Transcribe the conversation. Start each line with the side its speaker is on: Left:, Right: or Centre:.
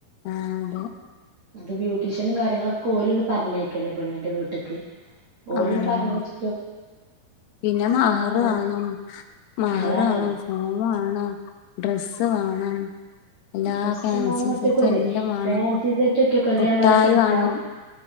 Left: ആഹ് അതെ
Right: അത് ബ്യൂട്ടീഷ്യനും കാര്യങ്ങളൊക്കെ ഓലന്നെ പറഞ്ഞയക്കല്ലേ പണ്ണിന്റെ വീട്ടക്ക് ഓലൻ
Left: ആഹ്
Right: പറഞ്ഞു വെച്ച
Left: പിന്നെ മഹറ്
Right: ആലോചിച്ച്
Left: വാങ്ങും മഹറ്
Right: അതാണേ
Left: കാണും ഫോൺ വേണം ഡ്രസ്സ് വേണം എല്ലാ
Right: ഡ്രസ്സും
Left: ഫാൻസി
Right: വാങ്ങണൊറ്റക്കുവല്ലേ
Left: സെറ്റ് എല്ലാം വേണം
Right: ഫാൻസി സെറ്റിട്ടേക്കുവല്ലേ
Left: മിഠായി
Right: ഞാൻ പറയാം ഇപ്പ നിക്കാഹ്
Left: വേണം